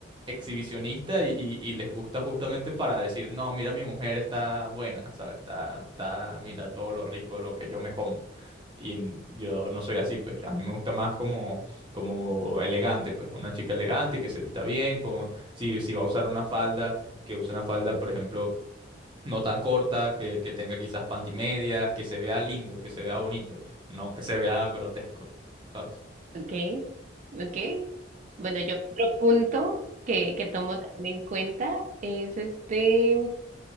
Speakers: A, on the right (about 25°); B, on the right (about 40°).
A: exhibicionista y, y- y les gusta justamente para decir, no, mira, mi mujer está buena, ¿sabes? Está, está, mira todo lo rico, lo que yo me como. Y n- yo no soy así, pues a mí me gusta más como, como elegante, pues una chica elegante que se vista bien, con, si, si va a usar una falda, que use una falda, por ejemplo, no tan corta, que, que tenga quizás pantimedias, que se vea lindo, que se vea bonito, no que se vea grotesco, ¿sabes?
B: Okay, okay. Bueno, yo otro punto que, que tomo también en cuenta es este.